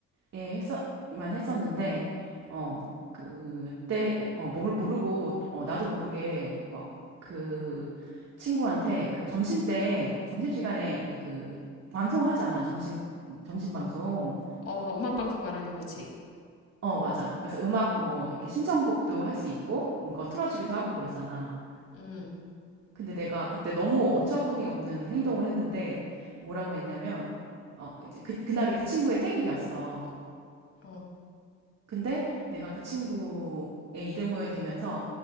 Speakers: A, on the right; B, on the left.
A: 예, 했었만 했었는데, 어, 그때, 어, 모- 모르고, 어, 나도 모르게, 막, 그, 친구한테, 그, 점심 때, 점심시간에 우리 그, 방송하잖아. 점심, 점심 방송.
B: 어 음악 방송 말하는 거지.
A: 어, 맞아. 그래서 음악,
B: 어,
A: 뭐, 이렇게 신청곡도 할 수 있고, 음, 그거 틀어주기도 하고 그러잖아.
B: 음,
A: 근데 내가 그때 너무 어처구니 없는 행동을 했는데, 뭐라고 했냐면, 어, 이제 그, 그날이 그 친구의 생일이었어.
B: 어,
A: 근데 내가 그 친구의 이름을 대면서